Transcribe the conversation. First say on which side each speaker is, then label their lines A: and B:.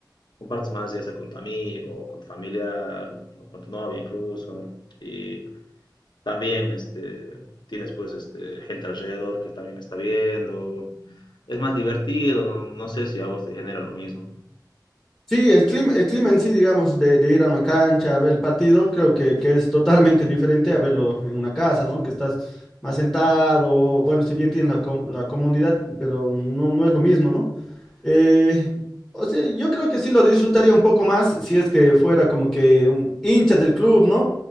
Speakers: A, on the left; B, in the centre.
A: compartes más, ya sea con tu amigo, con tu familiar, o con tu novia incluso. Y también este, tienes pues este, gente alrededor que también está viendo. Es más divertido, no, no sé si a vos te genera lo mismo.
B: Sí, el clima, el clima en sí, digamos, de, de ir a una cancha a ver el partido, creo que, que es totalmente <laughs> diferente a verlo en una casa, ¿no? Que estás más sentado, bueno, si bien tienes la, co- la comodidad, pero no, no es lo mismo, ¿no? Eh, o sea, yo creo que sí lo disfrutaría un poco más si es que fuera como que un hincha del club, ¿no?